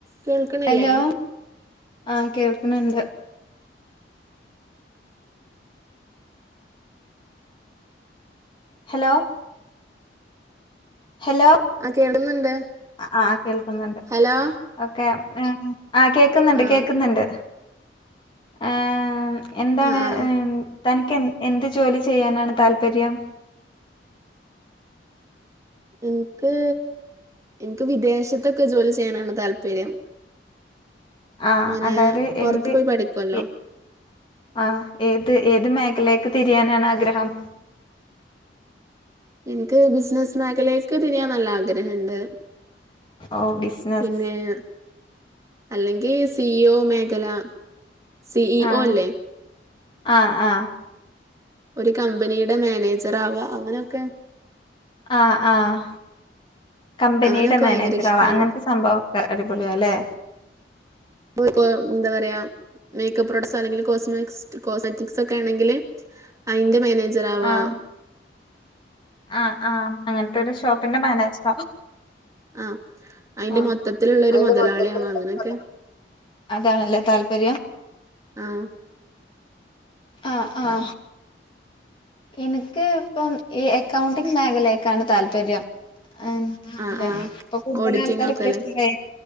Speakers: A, on the right; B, on the left.
A: കേൾക്കണില്ലേ
B: ഹലോ ആഹ് കേൾക്ക്ണ് ണ്ട് ഹലോ ഹലോ
A: ആ കേൾക്കുന്നുണ്ട്
B: അഹ് ആഹ് കേൾക്കുന്നുണ്ട്
A: ഹലോ
B: ഓക്കെ ആഹ് കേക്കുന്ന്ണ്ട്
A: ആ
B: കേക്ക്ന്ന്ണ്ട് ഏഹ് എന്താണ്
A: ആ ആ
B: ഹ് തനിക്ക് എൻ എന്ത് ജോലി ചെയ്യാനാണ് താല്പര്യം
A: ഇൻക്ക് ഇൻക്ക് വിദേശത്തൊക്കെ ജോലി ചെയ്യാനാണ് താല്പര്യം
B: ആഹ്
A: ഇങ്ങനെ
B: അതായത്
A: പുറത്ത്
B: എന്ത്
A: പോയി പഠിക്കുവല്ലോ
B: എ ആഹ് ഏത് ഏത് മേഖലേക്ക് തിരിയാനാണ് ആഗ്രഹം?
A: ഇൻക്ക് ബിസിനസ് മേഖലേക്ക് തിരിയാ നല്ല ആഗ്രഹണ്ട്
B: ഓ ബിസിനസ്
A: പിന്നേം അല്ലെങ്കി സി ഓ മേഖല സി ഇ
B: ആഹ്
A: ഓ ല്ലേ
B: ആഹ് ആഹ്
A: ഒരു കമ്പനിയുടെ മേനേജറാവാ അങ്ങനൊക്കെ
B: ആഹ് ആഹ് കമ്പനിയുടെ
A: അങ്ങനെയൊക്കെ
B: മേനേജറാവാ
A: ഭയങ്കര ഇഷ്ടാണ്
B: അങ്ങൻത്തെ സംഭവം ക്ക അടിപൊളിയാല്ലേ
A: <unintelligible> എന്താ പറയ മേക്കപ് പ്രൊടസൊ അല്ലങ്കില് കോസ്മസ് <unintelligible> അയിന്റെ മേനേജറാ വാ
B: ആഹ് ആഹ് ആഹ് അങ്ങനത്തൊരു ഷോപ്പിന്റെ മാനേജറാ.
A: ആഹ് അതിന്റെ
B: ആഹ്
A: മൊത്തത്തിലുള്ള ഒരു
B: അതിന്റെ
A: മുതലാളിയാവും
B: മൊത്തത്തിലുള്ള
A: അങ്ങനെയൊക്കെ.
B: അതാണല്ലേ താല്പര്യം?
A: ആഹ്
B: ആഹ് ആഹ്. എനിക്ക് ഇപ്പം ഈ അക്കൗണ്ടിങ് മേഖലയൊക്കെ ആണ് താല്പര്യം. ഏഹ് ആഹ്
A: ആ
B: ഏഹ്
A: ആ
B: ഇപ്പം കൂടുതൽ
A: ഓഡിറ്റിംഗ്
B: ആൾക്കാരും
A: ഒക്കെ
B: ഇപ്പൊ
A: അല്ലേ
B: പ്രേ